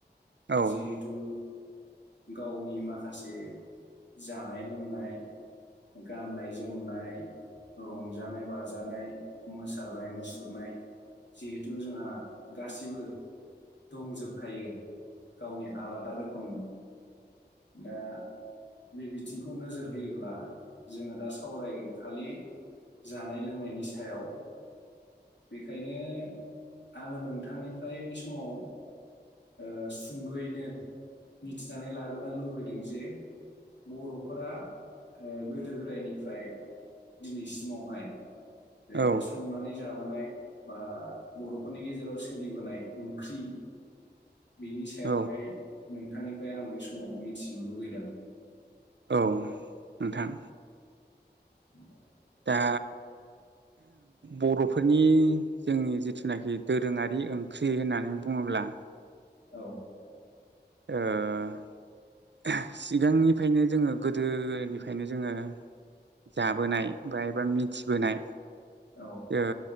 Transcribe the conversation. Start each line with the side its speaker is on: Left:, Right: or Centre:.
Right: औ
Left: जिहेथु गावनि माखासे जानाय लोंनाय गाननाय जोमनाय रंजानाय बाजानाय मोसानाय मुसुरनाय जिहेथु जोंहा गासिबो दंजोबखायो गावनि आलादा रोखोम ओ बे बिथिंखौ नोजोर होयोब्ला जोङो दा सावरायगोन खालि जानाय लोंनायनि सायाव बेखायनो आङो नोंथांनिफ्राय बि समाव ओ सुंद'यैनो मिथिनानै लाग्रोनो लुबैदों जे बर'फोरा ओ गोदो गोदायनिफ्राय दिनैसिमावहाय बे
Right: औ
Left: संनानै जाब। नाय बा बर'फोरनि गेजेराव सोलिबोनाय ओंख्रि। बिनि सायावहाय
Right: औ
Left: नोंथांनिफ्राय आं बै समाव मिथिनो लुगैदों।
Right: औ नोंथां।
Left: <unintelligible>
Right: ओ बर'फोरनि जोंनि जिथुनाखि दोरोङारि ओंख्रि होननानै बुङोब्ला बा
Left: औ
Right: ओ सिगांनिफ्रायनो जोङो गोदोनिफ्रायनो जोङो जाबोनाय बा एबा मिथिबोनाय
Left: औ
Right: ओ